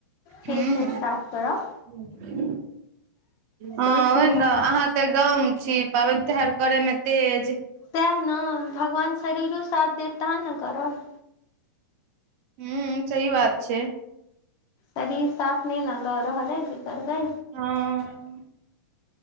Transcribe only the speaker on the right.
हु हँ
ओह
ने अहाँ
त गाँव छी पाबनि तिहार करे मे तेज
हू सहि बात छै
हँ